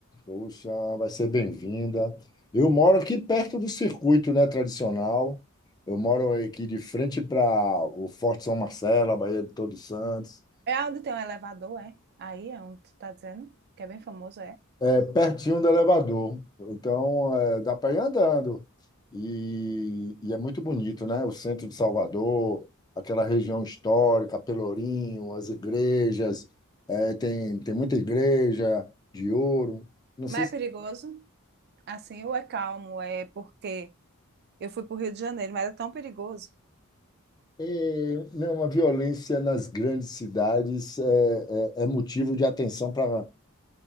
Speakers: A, on the left (about 20°); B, on the right (about 50°).
A: Poxa, vai ser bem-vinda. Eu moro aqui perto do circuito, né, tradicional. Eu moro aqui de frente para o Forte São Marcelo, a Baía de Todos Santos,
B: É onde tem um elevador, é? Aí é onde tu tá dizendo, que é bem famoso, é.
A: é pertinho do elevador. Então, é, dá para ir andando. E, e é muito bonito, né? O centro de Salvador, aquela região histórica, Pelourinho, as igrejas. É, tem, tem muita igreja de ouro. Não sei
B: Mas é
A: se
B: perigoso. Assim, ou é calmo, é porque Eu fui para o Rio de Janeiro, mas era tão perigoso.
A: É, não, a violência nas grandes cidades é, é- é motivo de atenção para